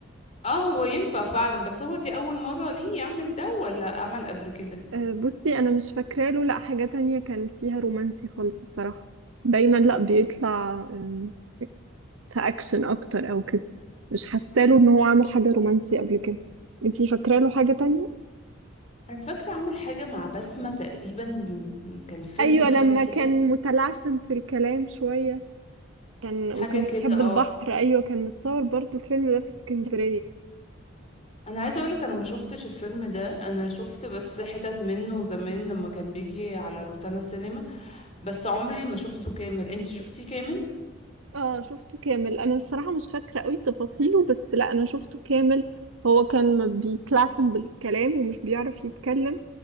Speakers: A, on the left (about 30°); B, on the right (about 85°).
A: اه هو ينفع فعلا بس هو دي اول مرة ليه يعمل ده ولا عمل قبل كده
B: أه، بصي انا مش فاكره له لا حاجه تانية كان فيها رومانسي خالص الصراحه دايما لا بيطلع أم، في اكشن اكتر او كده مش حاسه له ان هو عمل حاجه رومانسي قبل كده انتي فاكره له حاجه تانية
A: انا فاكرة عمل حاجة مع بسمة تقريبا من من- كان فيلم
B: ايوه
A: حاجة
B: لما
A: كده
B: كان متلعثم في الكلام شويه كان
A: حاجة
B: وكان
A: كده
B: بيحب
A: اه
B: البحر ايوه كان متصور برضو الفيلم ده في اسكندريه
A: انا عايزه اقولك انا ما شفتش الفيلم ده انا شفت بس حتت منه زمان لما كان بيجي على روتانا سينما بس عمري ما شفته كامل انت شفتيه كامل
B: اه شفته كامل انا الصراحه مش فاكره قوي تفاصيله بس لا انا شفته كامل هو كان ما بيتلعثم بالكلام ومش بيعرف يتكلم